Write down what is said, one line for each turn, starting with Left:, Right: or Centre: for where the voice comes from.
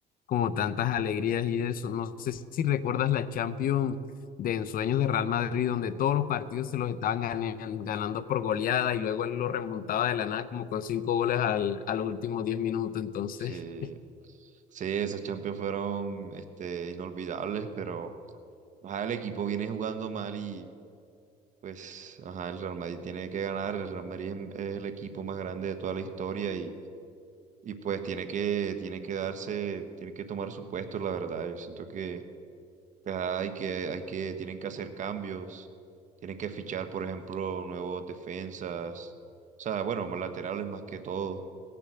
Left: como tantas alegrías y eso. No sé si recuerdas la Champions de ensueños de Real Madrid, donde todos los partidos se los estaban ganan- ganando por goleada y luego él lo remontaba de la nada como con cinco goles al, a los últimos diez minutos. Entonces,
Right: Sí, sí, esas Champions fueron este, inolvidables, pero ajá, el equipo viene jugando mal y pues ajá, el Real Madrid tiene que ganar. El Real Madrid es, es el equipo más grande de toda la historia y, y pues tiene que, tiene que darse, tiene que tomar su puesto, la verdad. Yo siento que Ah, Hay que, hay que, tienen que hacer cambios, tienen que fichar, por ejemplo, nuevos defensas, o sea, bueno, más laterales más que todo,